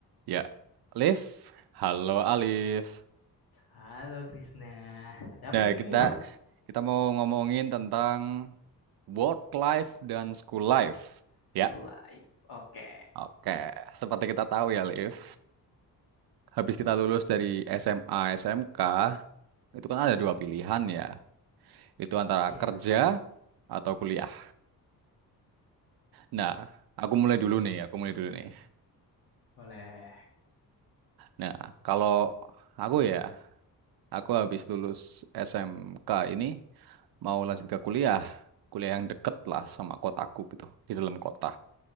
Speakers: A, on the right; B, on the left.
A: Ya, Alif. Halo Alif.
B: Halo Krisna, ada
A: Nah,
B: apa nih?
A: kita kita mau ngomongin tentang work life dan school life.
B: School
A: Ya,
B: life, oke.
A: oke. Seperti kita tahu ya, Alif. Habis kita lulus dari SMA, SMK, itu kan ada dua pilihan ya. Itu antara
B: Iya,
A: kerja atau kuliah. Nah, aku mulai dulu nih, aku mulai dulu nih.
B: boleh.
A: Nah, kalau aku ya Aku habis lulus SMK ini mau lanjut ke kuliah, kuliah yang deket lah sama kotaku gitu, di dalam kota.